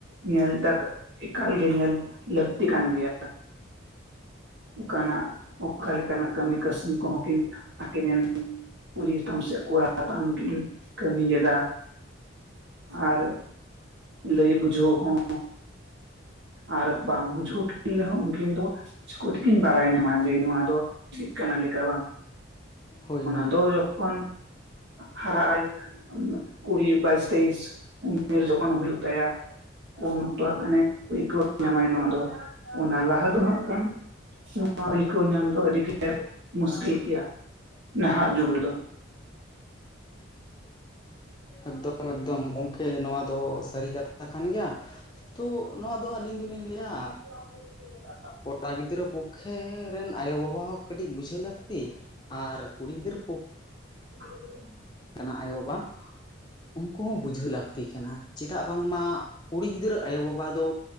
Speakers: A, on the right; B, on the left.
A: ᱧᱮᱞ ᱴᱟᱠ ᱮᱠᱟᱞ ᱜᱮ ᱧᱮᱞ ᱞᱟᱹᱠᱛᱤ ᱠᱟᱱ ᱜᱮᱭᱟ᱾ ᱚᱠᱟᱱᱟᱜ ᱚᱠᱟ ᱞᱮᱠᱟᱱᱟᱜ ᱠᱟᱹᱢᱤ ᱠᱟᱹᱥᱱᱤ ᱠᱚᱦᱚᱸ ᱠᱤᱱ ᱟᱠᱤᱱ ᱨᱮᱱ᱾ ᱠᱩᱲᱤ ᱜᱮᱛᱟᱢ ᱥᱮ ᱠᱚᱲᱟ ᱛᱟᱢ ᱠᱤᱱ ᱠᱟᱹᱢᱤᱭᱮᱫᱟ᱾ ᱟᱨ ᱞᱟᱹᱭ ᱵᱩᱡᱷᱟᱹᱣ ᱦᱚᱸ᱾ ᱟᱨ ᱵᱟᱢ ᱵᱩᱡᱷᱟᱹᱣ ᱠᱤᱱ ᱨᱮᱦᱚᱸ ᱩᱠᱤᱱ ᱫᱚ᱾ ᱪᱤᱠᱳ ᱛᱮᱠᱤᱱ ᱵᱟᱲᱟᱭ ᱧᱟᱢᱟ ᱡᱮ ᱱᱚᱣᱟ ᱫᱚ ᱪᱮᱫ ᱠᱟᱱᱟ ᱞᱮᱠᱟ ᱵᱟᱝ,
B: ᱦᱳᱭ
A: ᱚᱱᱟ
B: ᱦᱳᱭ
A: ᱫᱚ ᱡᱚ ᱠᱚᱱ᱾ ᱦᱟᱨᱟᱜ ᱟᱭ ᱠᱩᱲᱤ ᱵᱟᱭᱤᱥ ᱛᱮᱭᱤᱥ ᱩᱢᱮᱨ ᱡᱚᱠᱷᱚᱱ ᱦᱩᱭᱩᱜ ᱛᱟᱭᱟ᱾ ᱩᱱ ᱚᱠᱛᱚ ᱦᱟᱸᱜ ᱠᱷᱟᱱ ᱮ ᱟᱹᱭᱠᱟᱹᱣ ᱧᱟᱢᱟᱭ ᱱᱚᱣᱟ ᱫᱚ, ᱚᱱᱟ ᱞᱟᱦᱟ ᱫᱚ ᱦᱟᱸᱜ ᱠᱷᱟᱱ᱾ <inaudible> ᱧᱟᱢ ᱫᱚ ᱟᱹᱰᱤᱜᱮ ᱢᱩᱥᱠᱤᱞ ᱜᱮᱭᱟ ᱱᱟᱦᱟᱜ ᱡᱩᱜᱽ ᱨᱮᱫᱚ᱾
B: ᱮᱠᱫᱚᱢ ᱮᱠᱫᱚᱢ ᱜᱚᱢᱠᱮ ᱱᱚᱣᱟ ᱫᱚ ᱥᱟᱹᱨᱤ ᱠᱟᱛᱷᱟ ᱠᱟᱱ ᱜᱮᱭᱟ, ᱛᱚ ᱱᱚᱣᱟ ᱫᱚ ᱟᱹᱞᱤᱧ ᱫᱚᱞᱤᱧ ᱞᱟᱹᱭᱟ
A: <inaudible>
B: <inaudible> ᱜᱤᱫᱽᱨᱟᱹ ᱯᱚᱠᱠᱷᱮ ᱨᱮᱱ ᱟᱭᱳ ᱵᱟᱵᱟ ᱦᱚᱸ ᱠᱟᱹᱴᱤᱡ ᱵᱩᱡᱷᱟᱹᱣ ᱞᱟᱹᱠᱛᱤ ᱟᱨ ᱠᱩᱲᱤ ᱜᱤᱫᱽᱨᱟᱹ ᱯᱚᱠ
A: <inaudible>
B: ᱠᱟᱱᱟ ᱟᱭᱳ ᱵᱟᱵᱟ ᱩᱱᱠᱩ ᱦᱚᱸ ᱵᱩᱡᱷᱟᱹᱣ ᱞᱟᱹᱠᱛᱤ ᱠᱟᱱᱟ, ᱪᱮᱫᱟᱜ ᱵᱟᱝᱢᱟ ᱠᱩᱲᱤ ᱜᱤᱫᱽᱨᱟᱹ ᱟᱭᱳ ᱵᱟᱵᱟ ᱫᱚ